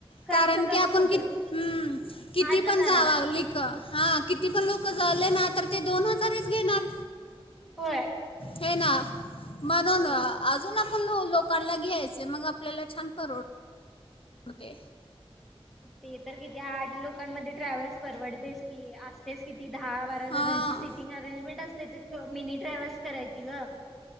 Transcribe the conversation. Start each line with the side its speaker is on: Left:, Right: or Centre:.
Centre: खर्च
Left: कारण
Centre: कमी
Left: की आपण
Centre: होत
Left: किती हुं
Centre: आठ
Left: कितीपण
Centre: जण जाणार
Left: जावा
Centre: आहे
Left: लीक हा किती पण लोक क झाले ना तर ते दोन हजारीच घेणार.
Centre: होय.
Left: हे ना. म्हणून
Centre: हो
Left: आजून आपण लो लोक लोकाना घ्यायच मग आपल्याला छान परवडतय.
Centre: ते तर किती आठ लोकांमध्ये ट्रॅव्हल्स परवडतयस की आसतयच क ती दहा बारा जणांची
Left: हां
Centre: सिटिंग अरेंजमेंट अस <unintelligible> मिनी ट्रॅव्हल्स करायची ग.